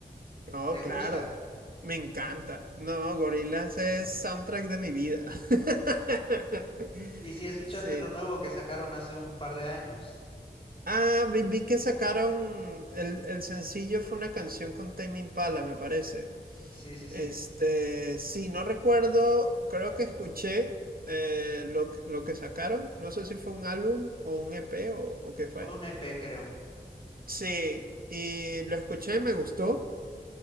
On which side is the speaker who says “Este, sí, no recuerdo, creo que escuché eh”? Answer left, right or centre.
Right